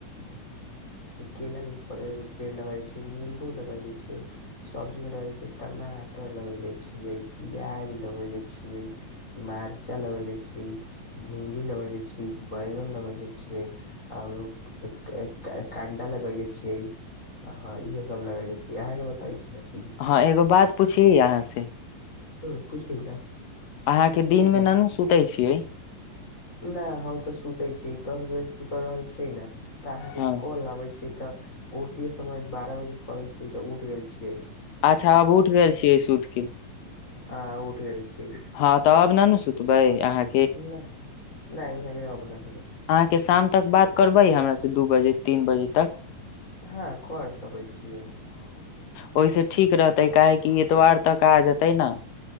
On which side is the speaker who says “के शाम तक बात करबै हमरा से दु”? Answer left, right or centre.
Left